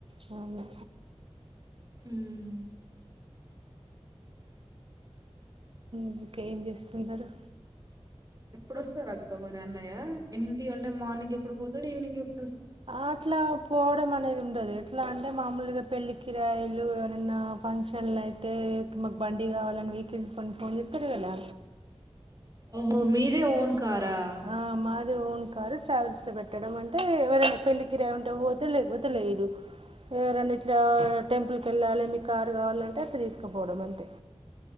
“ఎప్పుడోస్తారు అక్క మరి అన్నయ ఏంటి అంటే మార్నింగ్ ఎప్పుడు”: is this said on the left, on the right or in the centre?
Right